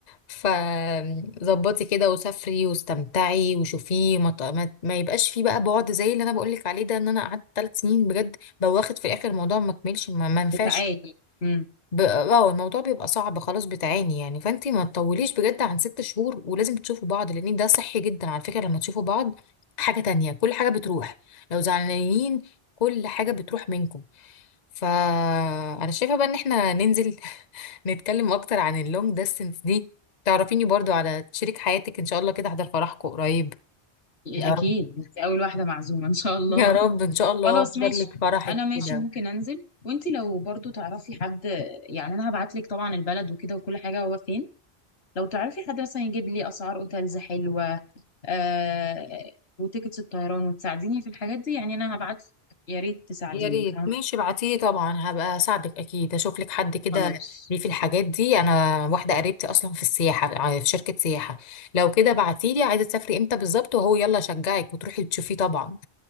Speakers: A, on the left (about 45°); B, on the left (about 75°).
A: فظبطي كده وسافري واستمتعي وشوفيه ما, ت- ما, ما يبقاش فيه بقى بعد زي اللي انا بقولك عليه ده ان انا قعدت ثلاث سنين بجد بواخد في الاخر الموضوع ما كملش ما, ما ينفعش
B: تعالي امم
A: ب- اه الموضوع بيبقى صعب خلاص بتعاني يعني فانتي ما تطوليش بجد عن ست شهور ولازم تشوفوا بعض لان ده صحي جدا على فكرة لما تشوفوا بعض حاجة تانية كل حاجة بتروح لو زعلانين كل حاجة بتروح منكم فانا شايفة بقى ان احنا ننزل <laughs> نتكلم اكتر عن اللونج ديستنس دي تعرفيني برضو على شريك حياتك ان شاء الله كده احضر فرحكم قريب
B: اكيد
A: يا رب
B: انت اول واحدة معزومة ان شاء
A: <laughs>
B: الله
A: يا رب
B: <laughs>
A: ان شاء الله
B: خلاص
A: احضر
B: ماشي
A: لك فرحك
B: انا ماشي
A: كده
B: ممكن انزل وانت لو برضو تعرفي حد يعني انا هبعت لك طبعا البلد وكده وكل حاجة هو فين لو تعرفي حد مثلا يجيب لي اسعار اوتيلز حلوة آه وتيكتس الطيران وتساعديني في الحاجات دي يعني انا هبعت يا ريت تساعديني
A: يا ريت
B: فاهمة
A: ماشي ابعتيه طبعا هبقى اساعدك اكيد اشوف لك حد كده
B: خلاص
A: ليه في الحاجات دي انا واحده قريبتي اصلا في السياحه ع- في شركه سياحه لو كده بعتي لي عايزه تسافري امتى بالظبط وهو يلا شجعك وتروحي تشوفيه طبعا